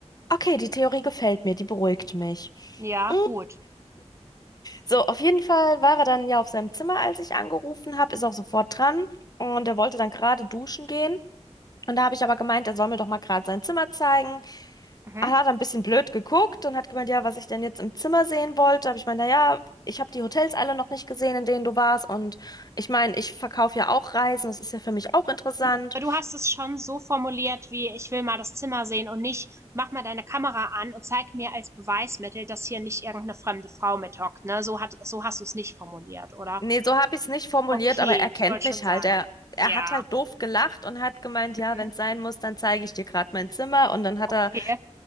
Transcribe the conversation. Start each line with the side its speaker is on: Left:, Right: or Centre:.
Left: Okay, die Theorie gefällt mir, die beruhigt mich. <laughs>
Right: Ja,
Left: Mm.
Right: gut.
Left: So, auf jeden Fall war er dann ja auf seinem Zimmer, als ich angerufen habe, ist auch sofort dran und er wollte dann gerade duschen gehen. Und da habe ich aber gemeint, er soll mir doch mal gerade sein Zimmer zeigen.
Right: Mhm.
Left: Er hat ein bisschen blöd geguckt und hat gemeint, ja, was ich denn jetzt im Zimmer sehen wollte. Habe ich gemeint, naja, ich habe die Hotels alle noch nicht gesehen, in denen du warst. Und ich meine, ich verkaufe ja auch Reisen, das ist ja für mich auch interessant.
Right: Du, du hast es schon so formuliert wie ich will mal das Zimmer sehen und nicht mach mal deine Kamera an und zeig mir als Beweismittel, dass hier nicht irgendeine fremde Frau mithockt, ne? So hat, so hast du es nicht formuliert, oder?
Left: Nee, so habe ich es nicht formuliert,
Right: Okay,
Left: aber er kennt
Right: ich wollte
Left: mich
Right: schon sagen.
Left: halt. Er, er
Right: Ja.
Left: hat halt doof gelacht und hat gemeint, ja,
Right: Mhm.
Left: wenn es sein muss, dann zeige ich dir gerade mein Zimmer. Und dann hat
Right: Okay.
Left: er